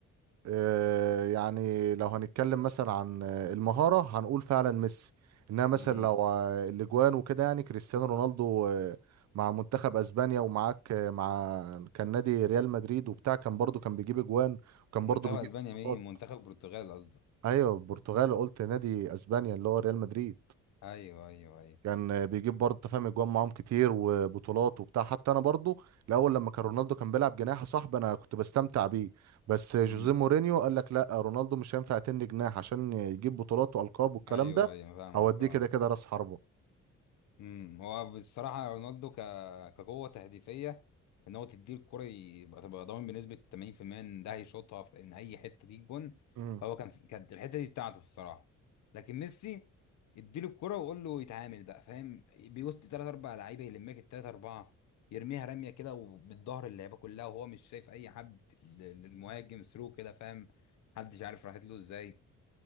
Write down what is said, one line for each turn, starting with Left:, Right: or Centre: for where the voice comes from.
Right: آه، يعني لو هنتكلم مثلا عن آه، المهارة هنقول فعلا ميسي انها مثلا
Left: امم
Right: لو آه، الاجوان وكده يعني كريستيانو رونالدو آه، مع منتخب اسبانيا ومعاك آه، مع كان نادي ريال مدريد وبتاع كان برضو كان بيجيب اجوان وكان برضو
Left: منتخب
Right: بيجيب
Left: اسبانيا
Right: بطولات
Left: مين منتخب البرتغال قصدك
Right: ايوه البرتغال قلت نادي اسبانيا اللي هو ريال مدريد
Left: ايوه ايوه ايوه
Right: كان بيجيب برضه أنت فاهم اجوان معاهم كتير وبطولات وبتاع حتى انا برضه الاول لما كان رونالدو كان بيلعب جناح يا صاحبي انا كنت بستمتع بيه بس جوزيه
Left: امم
Right: مورينيو قال لك لا رونالدو مش هينفع تني جناح عشان يجيب بطولات والقاب والكلام
Left: ايوه
Right: ده
Left: ايوه فاهمك
Right: اوديه
Left: اه
Right: كده كده راس حربة
Left: امم هو بصراحه رونالدو ك... كقوه تهديفيه ان هو تديه الكره يبقى تبقى ضامن بنسبه 80% ان ده هيشوطها في ان اي حته دي جون
Right: امم
Left: فهو كان كانت الحته دي بتاعته الصراحه لكن ميسي اديله الكره وقول له يتعامل بقى فاهم بيوسط ثلاث اربع لعيبه يلمك الثلاث اربعه يرميها رميه كده ومن ظهر اللعيبه كلها وهو مش شايف اي حد ل- للمهاجم ثرو كده فاهم محدش عارف راحت له ازاي